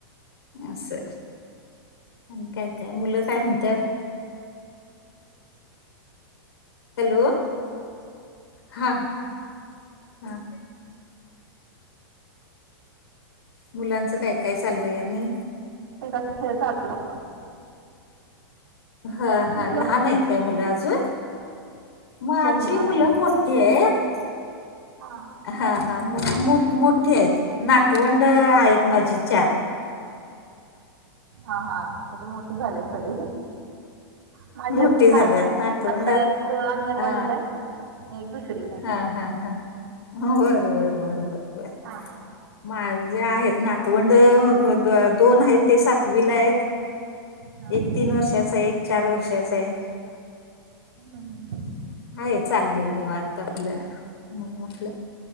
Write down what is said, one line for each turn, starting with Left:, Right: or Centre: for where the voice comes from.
Left: असं आणि काय काय मुलं काय म्हणत्यात हॅलो हा हा. मुलांचा काय काय चाललंय आणि
Right: त्यांच खेळ चालूच असतय.
Left: हा
Right: तुमची
Left: हा
Right: मुलं
Left: लहान आहेत का मुलं अजून. माझी
Right: हो हो हा
Left: मुलं
Right: नाही
Left: मोठी आहेत.
Right: हा.
Left: हा हा मोठ मोठे आहेत नातवंड आहेत माझे चार.
Right: हा हा म्हणजे मोठे झाले सगळे. माझे
Left: मोठी
Right: अजून
Left: झाल्यात
Right: लहान आहेत
Left: नातवंडात
Right: आता एक अंगणवाडीला
Left: हा
Right: आहे. एक दुसरीला. आहे
Left: हा हा हा. बर बर बर बर बर.
Right: हा हा.
Left: माझे आहेत नातवंड दोन आहेत ते सातवीला आहेत.
Right: हा
Left: एक तीन वर्षाच आहे एक चार वर्षाच आहे.
Right: हम्मम्म.
Left: आहे चाललंय निवांत आपलं म्हटलं